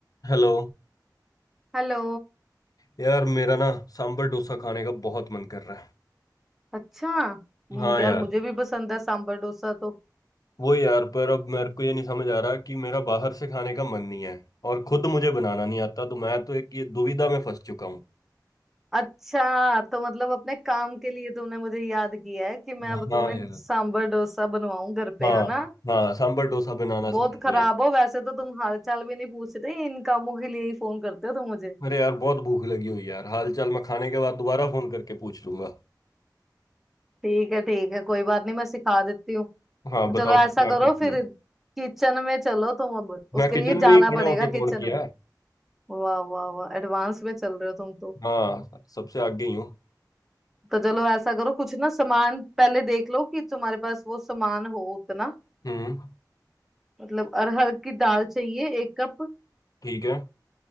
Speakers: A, on the left; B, in the centre.
A: Hello
B: Hello
A: यार मेरा ना सांबर डोसा खाने का बहुत मन कर रहा है
B: अच्छा हम्म,
A: हाँ
B: यार
A: यार
B: मुझे भी पसंद है सांबर डोसा तो
A: वो यार पर अब मेरे को ये नहीं समझ आ रहा कि मेरा बाहर से खाने का मन नहीं है और खुद मुझे बनाना नहीं आता तो मैं तो एक ये दुविधा में फंस चुका हूँ
B: अच्छा तो मतलब अपने काम के लिए तुमने मुझे याद किया है कि मैं
A: हाँ
B: अब तुम्हें
A: यार
B: सांबर डोसा बनवाऊं घर पे
A: हाँ
B: है ना
A: हाँ सांबर डोसा बनाना
B: बहुत
A: सिखा दो
B: खराब
A: यार
B: हो वैसे तो तुम हाल चाल भी नहीं पूछ रहे इन कामों के लिए ही फोन करते हो तुम मुझे
A: अरे यार बहुत भूख लगी हुई यार हाल चाल मैं खाने के बाद दोबारा फोन करके पूछ लूंगा
B: ठीक है ठीक है कोई बात नहीं मैं सिखा देती हूँ
A: हाँ
B: तो
A: बताओ
B: चलो ऐसा
A: क्या
B: करो
A: किया
B: फिर किचन में चलो तुम अब
A: मैं
B: उसके
A: किचन
B: लिए जाना
A: में ही खड़ा
B: पड़ेगा
A: होके
B: किचन
A: फोन किया
B: में
A: है
B: वाह वाह वाह एडवांस में चल रहे हो तुम तो
A: हाँ सबसे आगे ही हूँ
B: तो चलो ऐसा करो कुछ ना सामान पहले देख लो कि तुम्हारे पास वो सामान हो उतना
A: हम्म
B: मतलब अरहर की दाल चाहिए एक कप
A: ठीक है